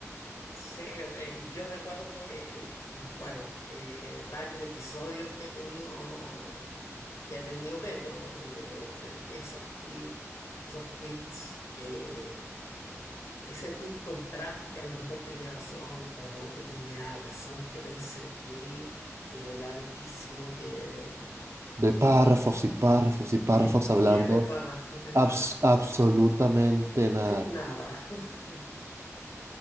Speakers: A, on the left; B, on the right.
A: Sí, eh, yo recuerdo, eh, bueno, eh, varios episodios que ha tenido, que ha tenido Petro, eh, esos tweets, esos tweets, eh, ese tweet con Trump que a lo mejor tenía razón o no tenía razón, pero ese tweet eh, larguísimo que,
B: De párrafos y párrafos y párrafos
A: que escribe
B: hablando
A: de párrafos, de
B: abs-
A: párrafos,
B: absolutamente nada.
A: de nada. <laughs>